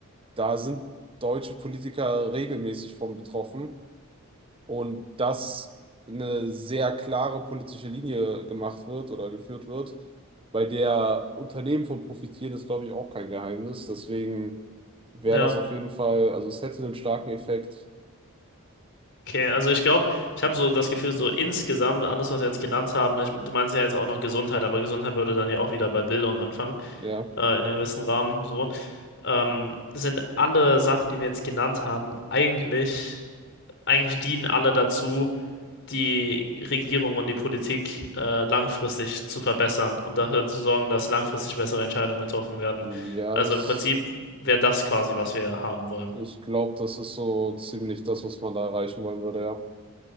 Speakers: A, on the right; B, on the left.
A: da sind deutsche Politiker regelmäßig von betroffen. und dass eine sehr klare politische Linie gemacht wird oder geführt wird, bei der Unternehmen von profitieren, ist, glaube ich, auch kein Geheimnis. Deswegen wäre
B: Ja,
A: das auf jeden Fall, also es hätte einen starken Effekt.
B: okay. Also ich glaube, ich habe so das Gefühl, so insgesamt alles, was wir jetzt genannt haben, ich, du meinst ja jetzt auch noch Gesundheit, aber Gesundheit würde dann ja auch wieder bei Bildung anfangen,
A: Ja,
B: äh, in einem gewissen Rahmen so. Ähm, sind alle Sachen, die wir jetzt genannt haben, eigentlich Eigentlich dienen alle dazu, die Regierung und die Politik äh, langfristig zu verbessern und dafür zu sorgen, dass langfristig bessere Entscheidungen getroffen werden.
A: ja,
B: Also
A: das,
B: im Prinzip wäre das quasi, was wir haben wollen.
A: ich glaube, das ist so ziemlich das, was man da erreichen wollen würde, ja.